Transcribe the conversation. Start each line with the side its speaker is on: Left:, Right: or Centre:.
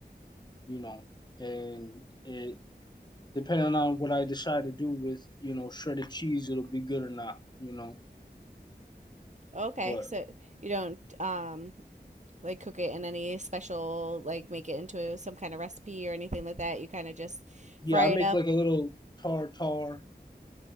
Left: you know, and it depending on what I decide to do with, you know, shredded cheese, it'll be good or not, you know.
Right: okay,
Left: But
Right: so you don't um like cook it in any special like make it into some kind of recipe or anything like that. You kind of just
Left: yeah,
Right: fry
Left: I
Right: it
Left: make
Right: up.
Left: like a little tartar,